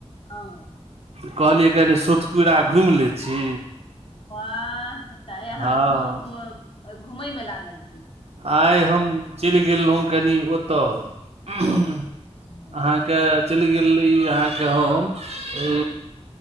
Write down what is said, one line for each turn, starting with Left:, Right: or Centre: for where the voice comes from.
Left: हँ
Right: त कहलियै कनि सुतपुरा घुमि लै छी
Left: ह त यहााँ
Right: हँ
Left: घ घूमे मे लागल छै
Right: आइ हम चलि गेल रहुँ कनि ओतय अहाँके
Left: हँ
Right: चलि गेल ई अहाँके हम ई